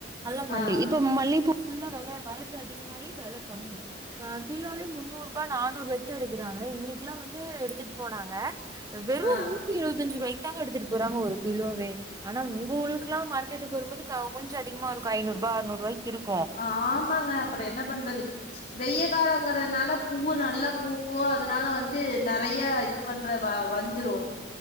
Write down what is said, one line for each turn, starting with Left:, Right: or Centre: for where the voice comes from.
Right: நல்லா மல்லி
Left: ஆ ஆ
Right: இப்ப மல்லிப்பூ புல்லா வெல வரத்து அதிகமாகி வெல கம்மி ஆ கிலோவே முன்னூரூபா நானூரூபாய்க்கு தா எடுக்கறாங்க இன்னைக்குலா வந்து எடுத்துட்டு போனாங்க வெறும்
Left: ஆ
Right: நூத்தி இருவத்தஞ்சு ரூவாய்க்கு தாங்க எடுத்துட்டு போறாங்க ஒரு கிலோவே ஆனா உங்க ஊருக்குலாம் மார்க்கெட்டுக்கு வரும்போது கொஞ்ச அதிகமா இருக்கு ஐநூரூபா அறநூரூவாய்க்கு இருக்கூ
Left: ஆமாங்க அப்பற என்ன பண்றது வெய்ய காலங்கறனால பூவு நல்ல பூக்கு அதனால வந்து நெறைய இது பண்ற வா வந்துரு